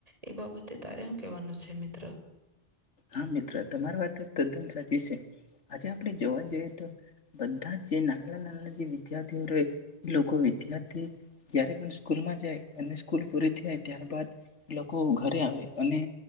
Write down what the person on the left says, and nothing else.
હા મિત્ર તમારી વાત તદ્દન સાચી છે આજે આપણે જોવા જઈએ તો બધા જ જે નાના નાના જે વિદ્યાર્થીઓ લોકો ત્યારથી જ્યારે પણ સ્કૂલમાં જાય. અને સ્કૂલ પૂરી થાય ત્યારબાદ એ લોકો ઘરે આવે અને